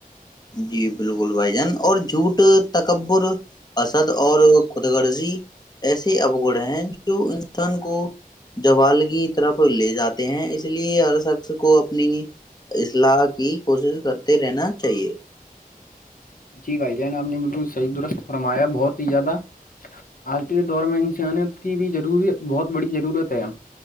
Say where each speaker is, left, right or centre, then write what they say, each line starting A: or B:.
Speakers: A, on the left; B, on the left.
A: جی بالکل بھائی جان اور جھوٹ تکبر اسد اور خود غرضی ایسے ابگڑ ہیں جو انسان کو جوال کی طرف لے جاتے ہیں اس لیے ہر شخص کو اپنی اصلاح کی کوشش کرتے رہنا چاہیے ایک
B: جی بھائی جان آپ نے بالکل صحیح درست فرمایا بہت ہی زیادہ آج کے دور میں انسانیت کی بھی ضروری بہت بڑی ضرورت ہے